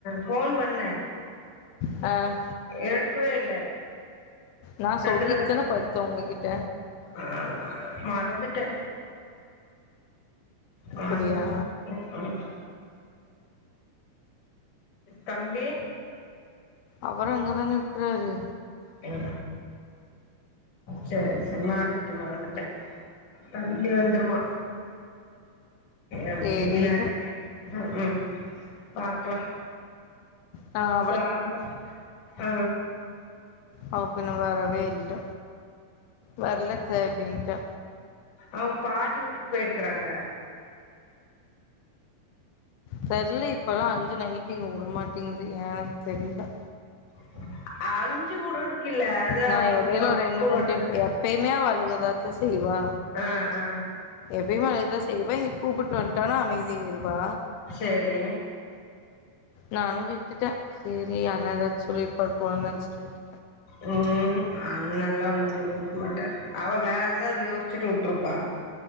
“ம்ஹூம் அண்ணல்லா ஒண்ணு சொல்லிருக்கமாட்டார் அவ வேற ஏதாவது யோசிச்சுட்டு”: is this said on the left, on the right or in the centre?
Left